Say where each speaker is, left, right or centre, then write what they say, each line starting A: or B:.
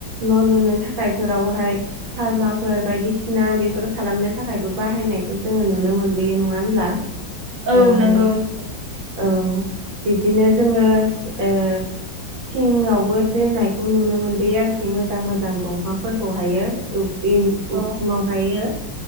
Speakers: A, on the right; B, on the right.
A: न' लुनो था। खायफोरावहाय फार्माफोर बायदिसिना बेफोर खालामनो थाखायबो बाहायनायखौ जोङो नुनो। मोनबोयो नङा होनब्ला।
B: औ
A: ओ
B: नोंगौ नोंगौ।
A: औ बिब्दिनो जोङो ओ। थिङावबो दोनायखौ नुनो मोनबोयो आरोखि मोजां मोजां दं दंफांफोरखौहायो औ ओइ
B: नंगौ
A: उखुमावहायो।